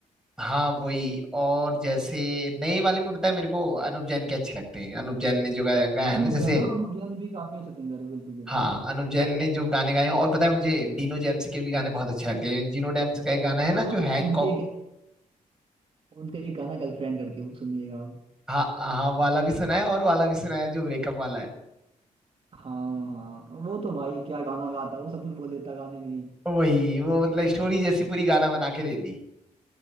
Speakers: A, in the centre; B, on the right (about 45°).
A: हाँ वही और जैसे नए वाले में बताया मेरे को अनुप जैन के अच्छे लगते हैं अनुप जैन ने जो गाया, गाया है
B: अनूप
A: ना जैसे
B: जैन हाँ अनूप जैन भी काफी अच्छा सिंगर है बिल्कुल बिल्कुल
A: हाँ अनुप जैन ने जो गाने गाए हैं और पता है मुझे डीनो जेम्स के भी गाने बहुत अच्छे लगते हैं डीनो जेम्स का एक गाना है ना
B: आप
A: जो हैंकॉक
B: उनके एक उनके एक गाना गर्लफ्रेंड करके वो सुनिएगा आप।
A: हाँ हाँ वाला भी सुना है और वाला भी सुना है जो ब्रेकअप वाला है
B: हाँ हाँ वो तो भाई क्या गाना गाता है, वो सब कुछ बोल देता है गाने में ही
A: वही वो मतलब स्टोरी जैसी पूरी गाना बना के दे दी